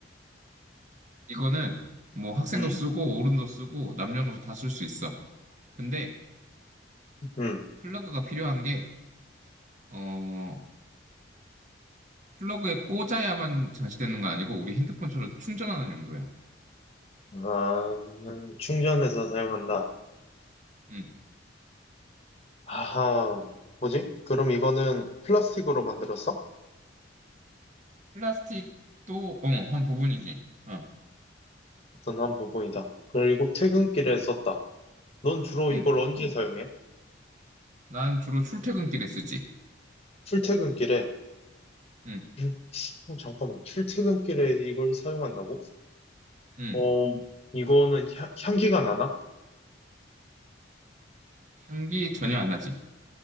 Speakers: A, on the right; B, on the left.
A: 이거는 뭐 학생도
B: 음,
A: 쓰고 어른도 쓰고 남녀노소 다 쓸 수 있어. 근데
B: 음,
A: 플러그가 필요한 게, 어, 플러그에 꽂아야만 장치되는 거 아니고 우리 핸드폰처럼 충전하는 용도야.
B: 아, 충전해서 사용한다.
A: 음,
B: 아하, 뭐지? 그럼 이거는 플라스틱으로 만들었어?
A: 플라스틱도 어, 한 부분이지. 어,
B: 어떤 한 부분이다. 그리고 퇴근길에
A: 음,
B: 썼다. 넌 주로
A: 음.
B: 이걸 언제 사용해?
A: 난 주로 출퇴근길에 쓰지.
B: 출퇴근길에.
A: 음,
B: 음, 어, 잠깐만. 출퇴근길에 이걸 사용한다고?
A: 음.
B: 어, 이거는 향, 향기가 나나?
A: 향기 전혀 안 나지.